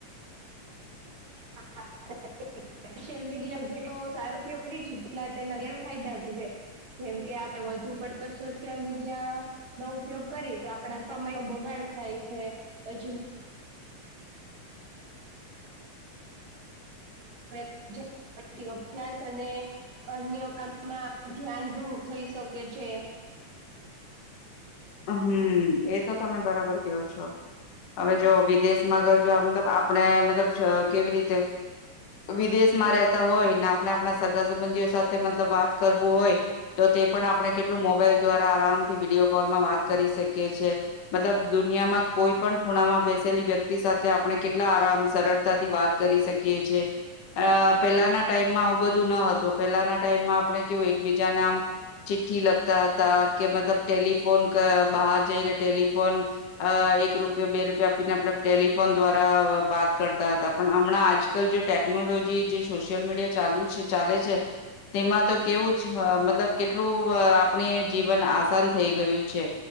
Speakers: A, on the right; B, on the left.
A: <unintelligible> સોશિયલ મીડિયા જેઠો સારો ઉપયોગ કરી પટલા તેના ગેરફાયદા ભી છે જેમ કે આપડે વધુ પડતો સોશિયલ મીડિયા નો ઉપયોગ કરીએ તો આપડા સમય બગાડે થાય છે પછી <inaudible> પછી અભ્યાસ અને અન્ય કામમાં ધ્યાન બહ થઈ શકે છે. <inaudible>
B: હમ્મ એ તો તમે બરાબર કયો છો હવે જો વિદેશ માં અગર જો મતલબ આપણે મતલબ કેવી રીતે વિદેશમાં રહેતા હોય ને આપણે આપણા સગા સંબંધીઓ સાથે મતલબ વાત કરવું હોય તો તે પણ આપણે કેટલું મોબાઈલ દ્વારા આરામ થી વિડીયો કોલમાં વાત કરી શકી છી મતલબ દુનિયામાં કોઈ પણ ખૂણામાં બેસેલી વ્યક્તિ સાથે આપણે કેટલા આરામ સરળતાથી વાત કરી શકીએ છેએ અ પેલાના ટાઈમમાં આવું બધું ન હતું પેલાના ટાઈમમાં આપણે કેવું એકબીજાને આમ ચિ ઠ્ઠી લખતા હતા કે મતલબ ટેલિફોન બહાર જઈને ટેલિફોન અ એક રૂપિયો બે રૂપયો આપીને આપણે ટેલિફોન દ્વારા વાત કરતા હતા પણ હમણાં આજકાલ જે ટેકનોલોજી જે સોશિયલ મીડિયા ચાલુ છે ચાલે છે તેમાં તો કેવું મતલબ કેટલું આપણે જીવન આસાન થઈ ગયું છે